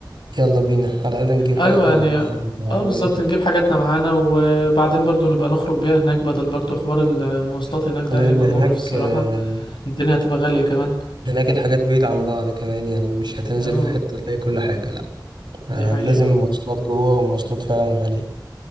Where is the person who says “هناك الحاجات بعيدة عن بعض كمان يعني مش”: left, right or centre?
Right